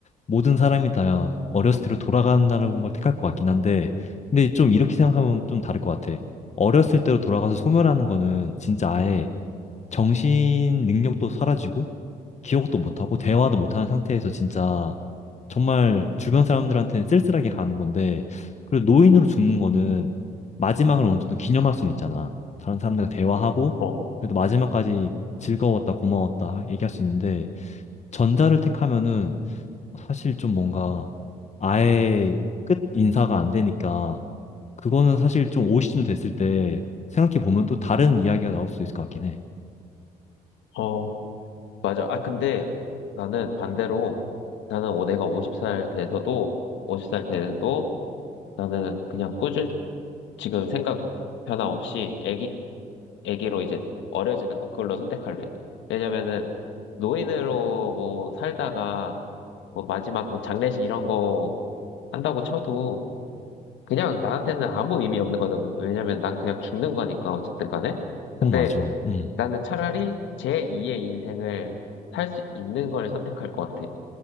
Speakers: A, on the left; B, on the left.
A: 모든 사람이 다 어렸을 때로 돌아간다는 걸 택할 것 같긴 한데 근데 좀 이렇게 생각하면 좀 다를 것 같아. 어렸을 때로 돌아가서 소멸하는 거는 진짜 아예 정신 능력도 사라지고 기억도 못하고 대화도 못하는 상태에서 진짜 정말 주변 사람들한테는 쓸쓸하게 가는 건데, 그리고 노인으로 죽는 거는 마지막을 어느 정도 기념할 수는 있잖아. 다른 사람들과 대화하고,
B: 어,
A: 그래도 마지막까지 즐거웠다, 고마웠다 얘기할 수 있는데, 전자를 택하면은 사실 좀 뭔가 아예 끝 인사가 안 되니까, 그거는 사실 좀 오십쯤 됐을 때 생각해 보면 또 다른 이야기가 나올 수도 있을 것 같긴 해.
B: 어, 맞아. 아, 근데 나는 반대로 나는 오- 내가 50살 돼서도 오십 살 돼도 나는 그냥 꾸준히 지금 생각 변화 없이 애기, 애기로 이제 어려지는 거 그걸로 선택할래. 왜냐면은 노인으로 뭐 살다가 뭐 마지막 뭐 장례식 이런 거 한다고 쳐도 그냥 나한테는 아무 의미 없는 거거든. 왜냐면 난 그냥 죽는 거니까 어쨌든 간에.
A: 그건
B: 근데
A: 맞아. 음.
B: 나는 차라리 제2의 인생을 살 수 있는 걸 선택할 것 같아.